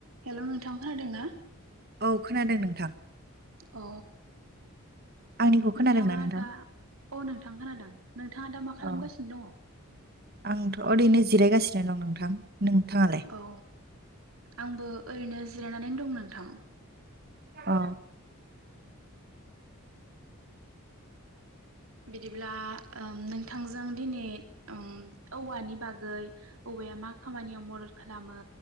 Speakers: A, on the right (about 75°); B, on the right (about 45°).
A: हेल' नोंथां खोनादों ना
B: औ खोनादों नोंथां
A: औ
B: आंनिखौ खोनादोंना
A: नोंथाङा
B: नोंथां
A: दा अ नोंथां खोनादों नोंथाङा दा मा
B: अ
A: खालामगासिनो दङ
B: आंथ ओरैनो जिरायगासिनो दं नोंथां नोंथाङालाय
A: औ आंबो ओरैनो जिरायनानै दं नोंथां
B: अ
A: बिदिब्ला ओ नोंथांजों दिनै ओम औवानि बागै औवाया मा खामानियाव मदद खालामो